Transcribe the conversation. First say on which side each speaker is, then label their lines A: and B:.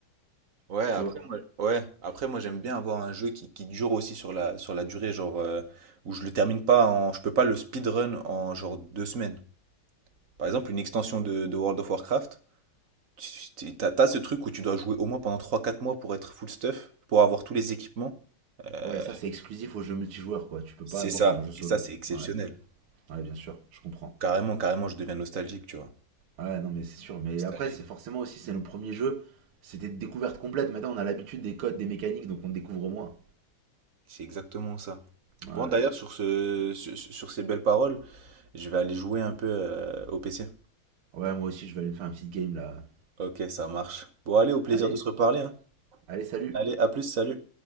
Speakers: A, on the right; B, on the right.
A: Ouais, après
B: Tu vois.
A: moi, ouais, après moi j'aime bien avoir un jeu qui, qui dure aussi sur la, sur la durée, genre euh, où je le termine pas en, je peux pas le speedrun en genre deux semaines. Par exemple, une extension de, de World of Warcraft, tu- tu- t'as, t'as ce truc où tu dois jouer au moins pendant trois quatre mois pour être full stuff, pour avoir tous les équipements. Euh,
B: Ouais, ça c'est exclusif aux jeux multijoueurs, quoi. Tu peux
A: c'est
B: pas avoir
A: ça,
B: sur un jeu solo.
A: et ça c'est exceptionnel.
B: Ouais, ouais, bien sûr, je comprends.
A: Carrément, carrément, je deviens nostalgique, tu vois.
B: Ouais, non, mais c'est sûr. Mais
A: Nostalgique.
B: après, c'est forcément aussi, c'est nos premiers jeux. C'était de découverte complète Maintenant, on a l'habitude des codes, des mécaniques, donc on découvre moins.
A: C'est exactement ça.
B: Ouais, ouais.
A: Bon, d'ailleurs, sur ce, sur, sur ces belles paroles, je vais aller jouer un peu euh, au PC.
B: Ouais, moi aussi, je vais aller me faire une petite game là.
A: Ok, ça marche. Bon, allez, au plaisir
B: Allez,
A: de se reparler, hein.
B: allez, salut!
A: Allez, à plus, salut.